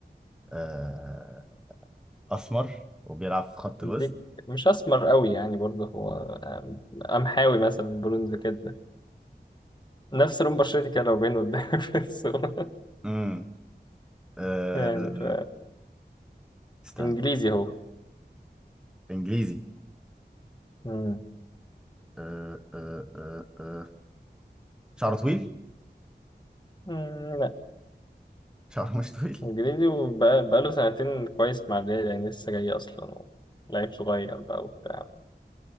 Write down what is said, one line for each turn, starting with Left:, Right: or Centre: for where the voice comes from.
Centre: آه اسمر وبيلعب في خط الوسط
Left: دي مش اسمر قوي يعني برضه هو قمحاوي مثلا برونز كده نفس لون بشرتي كده لو باين قدامك في الصورة
Centre: امم آه
Left: <laughs> يعني ف
Centre: استنى
Left: انجليزي هو
Centre: انجليزي
Left: مم.
Centre: آه آه آه آه. شعره طويل
Left: مم، لا
Centre: شعره مش طويل
Left: انجليزي وبقى له سنتين كويس مع الريال يعني لسه جاي اصلا لعيب صغير بقى وبتاع